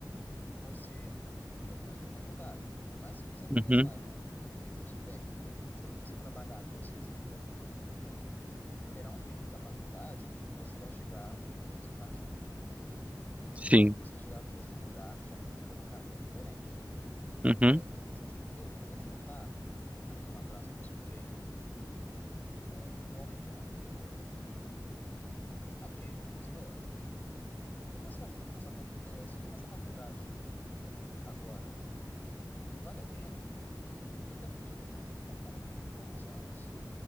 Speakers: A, on the left (about 25°); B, on the right (about 15°).
A: você já começa pela faculdade. Mas se quiser começar
B: uhum,
A: com o curso técnico, já começa a trabalhar, ter o seu dinheiro e liberar um tempo para a faculdade, você vai chegar no mesmo caminho. No me-
B: sim,
A: no- você vai chegar no mesmo lugar, só que por um caminho diferente. Você
B: uhum,
A: quer. deixa eu te- vou, vou te contar aqui uma frase que eu escutei. Um homem perguntou para o outro: Aqui, senhor. O que você acha de eu começar a facu... eh, se eu começar a faculdade agora, vale a pena? Eu já tô, já tô com 30 e pouco, 30 e poucos anos.